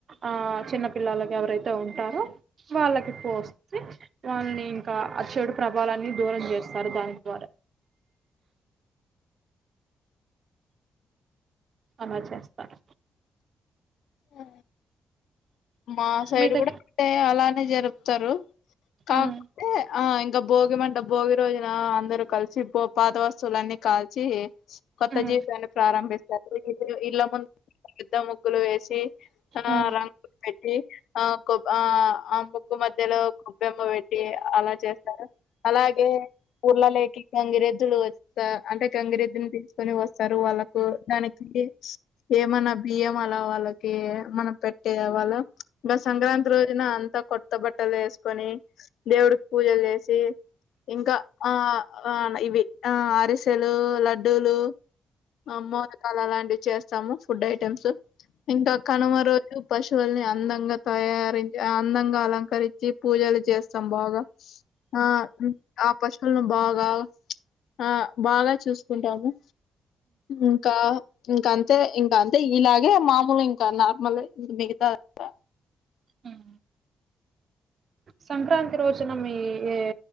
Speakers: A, on the right (about 45°); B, on the left (about 75°).
A: ఆ చిన్న పిల్లలకి ఎవరైతే ఉంటారో వాళ్ళకి పోస్తే వాల్నింక ఆ చెడు ప్రభాలన్ని దూరం చేస్తారు దాని ద్వారా అలా చేస్తారు
B: ఆ మా సైడ్
A: మీ దగ్గ
B: కూడా అంటే అలా జరుపుతారు కాక్పోతే
A: ఉమ్
B: ఆ ఇంకా భోగి మంట భోగి రోజున అందరూ కలిసి పాత వస్తువులన్నీ కాల్ చీ కొత్త
A: ఉమ్
B: జీవితాన్ని ప్రారంభిస్తారు ఇ ఇ ఇల్ ఇళ్ల ముందు పెద్ద ముగ్గు గ్గులు వేసి ఆ
A: ఉమ్
B: రంగు పెట్టీ ఆ కో ఆ ఆ ముగ్గు మధ్యలో గొబ్బెమ్మ పెట్ ట్టి అలా చేస్తారు అలాగే ఊర్ళ లాలెక్కీ గంగిరెద్దులు వస్త అంటే గంగిరెద్దుని తీసుకొని వస్ తరు వాళ్ళకు దానికి ఏమన్నా బియ్యం అలా వాళ్ళకి మనం పెట్టే వాల ఇంకా సంక్రాంతి రోజున అంతా కొత్త బట్టలు వేసుకొని దేవుడికి పూజలు చేసి ఇంకా ఆ ఆ ఇవి ఆ అరిసెలు, లడ్డూలు అమ్మోరి తల లాంటివి చేస్తాము ఫుడ్ ఐటమ్స్. ఇంకా కనుమ రోజు పశువుల్ని అందంగా తయారించి అందంగా అలంకరించి పూజలు చేస్తాం బాగా. ఆ ఆ పశువులను బాగా ఆ బాగా చూసుకుంటాము. ఇంకా ఇంక అంతే ఇంకా అంతే ఇలాగే మామూలు ఇంకా నార్మలె మిగతా అంత
A: ఉమ్ సంక్రాంతి రోజున మీ ఏ